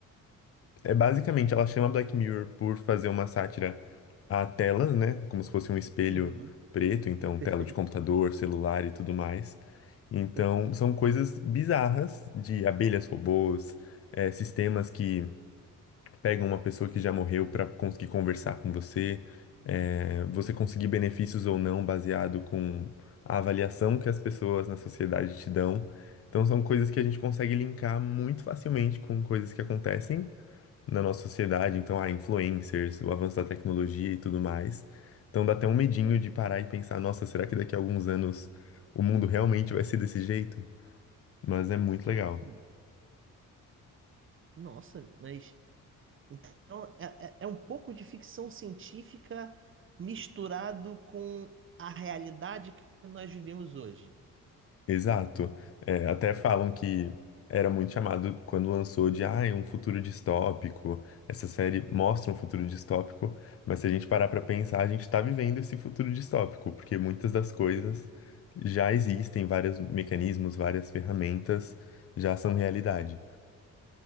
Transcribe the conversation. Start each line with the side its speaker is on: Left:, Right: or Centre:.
Left: é basicamente, ela chama Black Mirror por fazer uma sátira a telas, né? Como se fosse um espelho
Right: Uhum.
Left: preto, então
Right: Perfeito.
Left: tela de computador, celular e tudo mais. Então,
Right: Perfeito.
Left: são coisas bizarras de abelhas robôs, eh, sistemas que pegam uma pessoa que já morreu para conseguir conversar com você, eh, você conseguir benefícios ou não baseado com a avaliação que as pessoas na sociedade te dão. Então, são coisas que a gente consegue linkar muito facilmente com coisas que acontecem na nossa sociedade, então, ah, influencers, o avanço da tecnologia e tudo mais. Então dá até um medinho de parar e pensar, nossa, será que daqui a alguns anos o mundo realmente vai ser desse jeito? Mas é muito legal.
Right: Hum. Nossa, mas então é, é é um pouco de ficção científica misturado com a realidade que nós vivemos hoje.
Left: Exato. É, até falam que era muito chamado quando lançou de, ah, é um futuro distópico. Essa série mostra um futuro distópico, mas se a gente parar pra pensar, a gente tá vivendo esse futuro distópico, porque muitas das coisas já existem, vários mecanismos, várias ferramentas já são realidade.